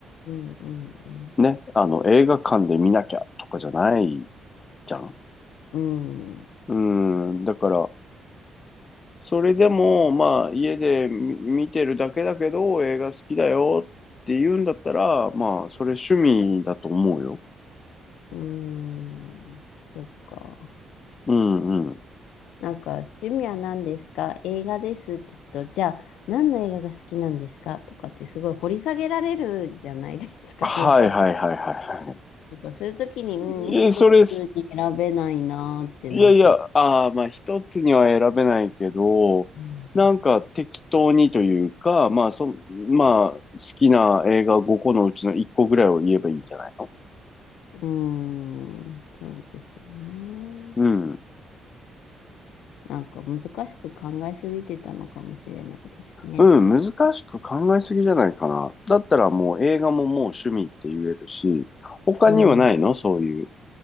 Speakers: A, on the left; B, on the left.
A: うん、うん、
B: ね、あの、映画館で見なきゃとかじゃないじゃん。
A: うん、う
B: うん、だから、それでも、まあ、家で見見てるだけだけど、映画好きだよって言うんだったら、まあ、それ趣味だと思うよ。
A: ーんそっか。
B: うん、うん。
A: なんか、趣味は何ですか映画ですって言うと、じゃあ、何の映画が好きなんですかとかってすごい掘り下げられるじゃないですか。
B: はい、
A: <laughs>
B: はい、はい、はい、は
A: なんか、そういう時に、うん、
B: い。
A: 一つに選べないなってなっちゃって。
B: え、それ、いやいや、ああ、まあ一つには選べないけど、
A: うん
B: なんか適当にというか、まあそ、まあ好きな映画5個のうちの1個ぐらいを言えばいいんじゃないの
A: うーん、そうですよね。
B: うん。
A: なんか難しく考えすぎてたのかもしれないですね。
B: うん、難しく考えすぎじゃないかな。だったらもう映画ももう趣味って言えるし、他にはないのそういう、
A: うん。